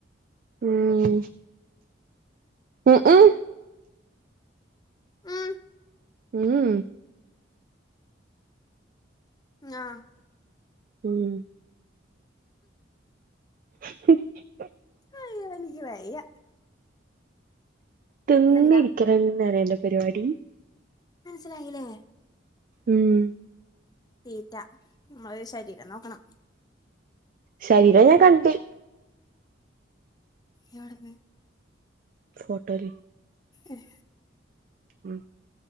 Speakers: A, on the right; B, on the left.
A: ഉം ഉം ങ്ങും
B: ഉം
A: മ് മ്ഹ്
B: ഞാ
A: ഉം ഹും <unintelligible>
B: അയ്യോ എനിക്ക് വയ്യ.
A: തിന്നിരിക്കലെന്നെ
B: അതെന്താ
A: അന്റെ പരിപാടി
B: മനസ്സിലായില്ലേ?
A: ഉം
B: തീറ്റ നമ്മെളെ ശരീരം നോക്കണം.
A: ശരീരം ഞാൻ കണ്ട്.
B: എവെടെന്ന്?
A: ഫോട്ടോല്
B: ഏഹ്
A: ഉം